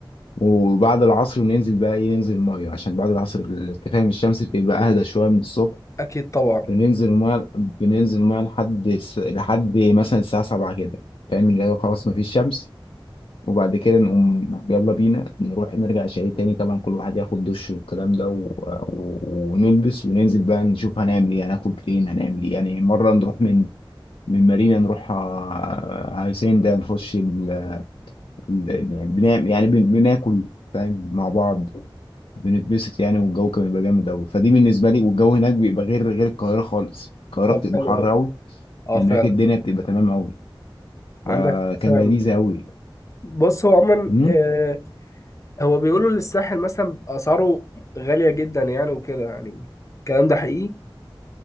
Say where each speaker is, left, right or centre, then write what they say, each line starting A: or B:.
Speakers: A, on the left; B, on the left.
A: وبعد العصر ننزل بقى ايه ننزل الميه عشان بعد العصر انت فاهم الشمس بتبقى اهدى شويه من الصبح
B: أكيد طبعا
A: بننزل الميه بننزل الميه لحد الس- لحد مثلا الساعه 7 كده فاهم اللي هو خلاص مفيش شمس وبعد كده نقوم يلا بينا نروح نرجع شاليه تاني طبعا كل واحد ياخد دش والكلام ده و... و... ونلبس وننزل بقى نشوف هنعمل ايه هناكل فين هنعمل ايه يعني مره نروح من من مارينا نروح آه، هاي سين ده نخش ال... ال- يعني بنعمل يعني بن- بناكل فاهم مع بعض بنتبسط يعني والجو كان بيبقى جامد قوي فدي بالنسبه لي والجو هناك بيبقى غير غير القاهره خالص القاهره
B: طب
A: بتبقى
B: حلو
A: حر
B: قوي
A: قوي
B: اه
A: هناك
B: فعلا
A: الدنيا بتبقى تمام قوي
B: عندك
A: فكان
B: فعلا
A: لذيذه قوي
B: بص هو عموما
A: امم
B: آه هو بيقولوا إن الساحل مثلا اسعاره غاليه جدا يعني وكده يعني الكلام ده حقيقي